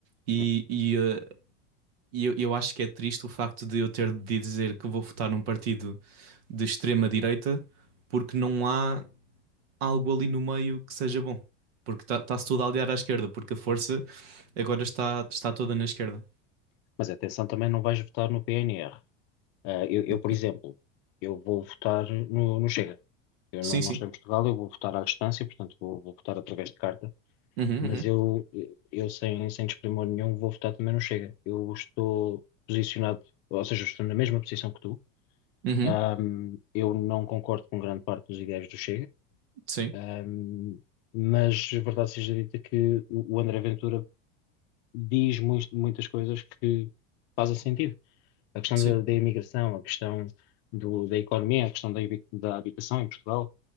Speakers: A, on the right; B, on the left.
A: E,
B: sim.
A: e, eh, e eu, eu acho que é triste o facto de eu ter de dizer que vou votar num partido de extrema-direita porque não há algo ali no meio que seja bom. Porque está- está-se tudo a aliar à esquerda, porque a força agora está, está toda na esquerda.
B: Mas atenção, também não vais votar no PNR. Ah, eu, eu,
A: Do
B: por
A: país.
B: exemplo, eu vou votar no, no Chega. Eu
A: Sim,
B: não, não
A: sim.
B: estou em Portugal, eu vou votar à distância, portanto vou, vou votar através de carta.
A: Uhum,
B: mas
A: uhum,
B: eu, eu sem, sem desprimor nenhum, vou votar também no Chega. Eu estou posicionado, ou seja, estou na mesma posição que tu.
A: uhum,
B: Ahm, eu não concordo com grande parte dos ideais do Chega,
A: sim,
B: ahm, mas verdade seja dita que o, o André Ventura diz muis- muitas coisas que fazem sentido. A questão
A: sim,
B: da, da imigração, a questão do- da economia, a questão da, habi- da habitação em Portugal,